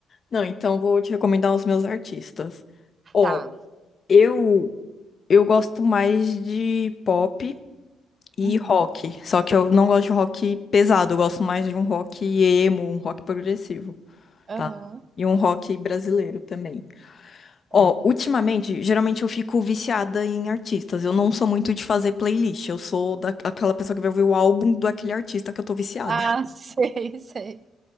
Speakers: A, on the left; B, on the right.
A: Não, então vou te recomendar os meus artistas. Ó,
B: Tá.
A: eu eu gosto mais de pop. e
B: Uhum.
A: rock. Só que eu não gosto de rock pesado, eu gosto mais de um rock emo, um rock progressivo,
B: Aham.
A: tá? E um rock brasileiro também. Ó,
B: Tá.
A: ultimamente, geralmente eu fico viciada em artistas. Eu não sou muito de fazer playlist. Eu sou daquela pessoa que vai ouvir o álbum do aquele artista que eu tô viciada.
B: Ah, <laughs> sei, sei.